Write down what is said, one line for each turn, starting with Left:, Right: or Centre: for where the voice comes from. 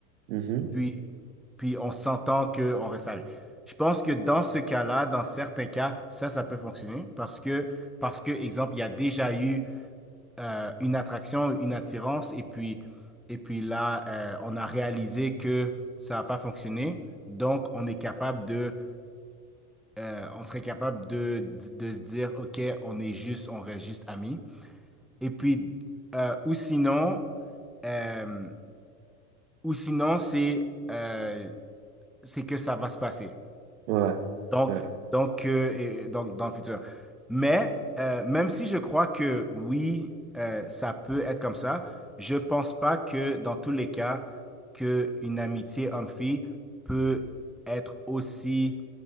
Right: Mhm.
Centre: puis, puis on s'entend qu'on reste amis. Je pense que dans ce cas-là, dans certains cas, ça, ça peut fonctionner parce que, parce que, exemple, il y a déjà eu euh, une attraction, une attirance, et puis, et puis là, euh, on a réalisé que ça n'a pas fonctionné. Donc, on est capable de, euh, on serait capable de, de se dire, OK, on est juste, on reste juste amis. Et puis, euh, ou sinon, euh, ou sinon, c'est euh, c'est que ça va se passer.
Right: Ouais.
Centre: Donc,
Right: Ouais.
Centre: donc, euh, et- et donc dans le futur. Mais euh, même si je crois que oui, euh, ça peut être comme ça, je pense pas que dans tous les cas, que une amitié homme-fille peut être aussi